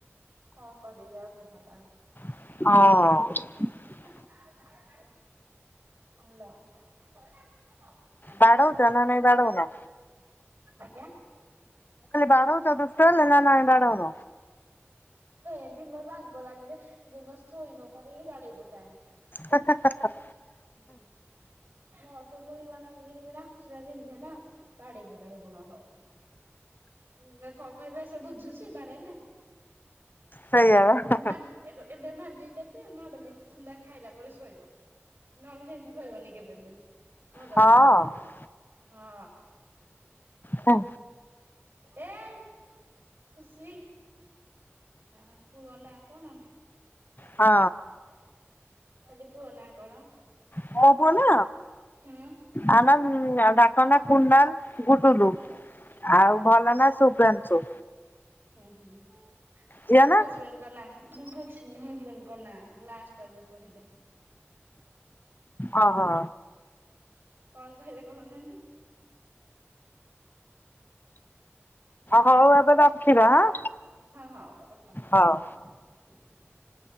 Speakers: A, on the right; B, on the left.
A: କଣ କରିବି ଆଉ <unintelligible>
B: ହଁ।
A: ହ୍ୟାଲୋ।
B: ବାଡ଼ାଉଛ ନା ନାଇଁ ବାଡ଼ାଉନା?
A: ଆଜ୍ଞା, ହଁ ମତେ
B: ବାଡଉଛ ଦୁଷ୍ଟ ହେଲେ ନା ନାଇଁ ବାଡଉନ?
A: ଏମିତି ରାଗ ଲାଗିଲେ ଯୋଉଦିନ ଶୋଇ ନ ପାରିକି ବାଡେଇ ପକାଏ।
B: ହା ହା ହା।
A: ହୁଁ ହୁଁ। ହଁ ତ ମୁଇ ମାନେ <unintelligible> ଆଖିଟା ବିନ୍ଧେ ନା ବାଡେଇ ପକାଏ ଗୁଣ। ହୁଁ କନ କହିବା ସେ ବୁଝୁଛି ବାଡେଇଲେ?
B: ସେଇଆ ବା
A: ମା ଏ ଏବେ ମା ଦିଟା ସେ ମାଡ଼ ଦି ଖୁନ୍ଦା ଖାଇଲା ପରେ ଶୋଇବ ନହେଲେ ସେମିତି ଶୋଇବନି କେବେ ବି। ଭଲରେ
B: ହଁ
A: ବୁଝେଇଲେ ହଁ।
B: ହଁ।
A: ଏଇ ଖୁସି। ଆ ପୁଅ ନାଁ କଣ?
B: ହଁ।
A: ହଁ କହିଲି ପୁଅ ନାଁ କଣ?
B: ମୋ ପୁଅ ନା?
A: ହୁଁ
B: ଆ ନାଁ ଡାକ ନାଁ କୁନାଲ ଗୁଡ଼ୁଲୁ
A: ହୁଁ ହୁଁ।
B: ଆଉ ଭଲ ନା ଶୁଭ୍ରାଂଶୁ।
A: ହୁଁ ହୁଁ ହୁଁ।
B: ଝିଅ
A: ମୋ
B: ନା
A: ହଜବେଣ୍ଡଙ୍କ ନାଁ ମୁଁ ହଉଛି, ମୋ ହଜବେଣ୍ଡଙ୍କ ନାଁ ଲାଷ୍ଟଟା ଯୋଉ କହିଲେ
B: ଓହୋ।
A: କଣ କହିଲେ କହୁଥାନ୍ତି? ହ୍ୟାଲୋ,
B: ହଉ ଏବେ ରଖିବା ହଁ
A: ହଁ ହଉ ରଖନ୍ତୁ।
B: ହଉ।
A: <inaudible>